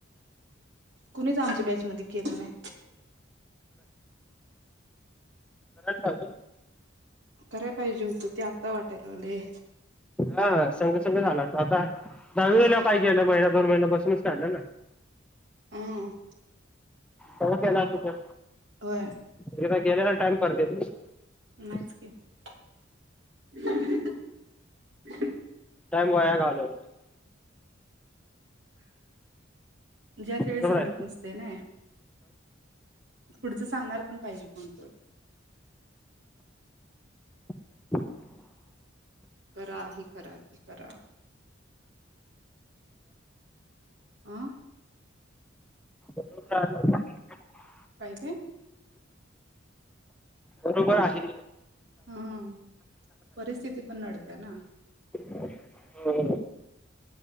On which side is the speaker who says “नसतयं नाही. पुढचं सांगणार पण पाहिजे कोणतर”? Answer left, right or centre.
Right